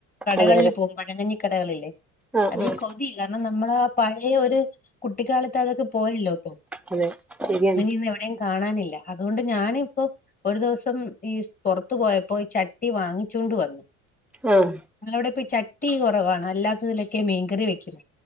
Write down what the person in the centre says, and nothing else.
അതെ അതെ
ആഹ്
ആഹ്
അതെ ശരിയാണ്
ആഹ്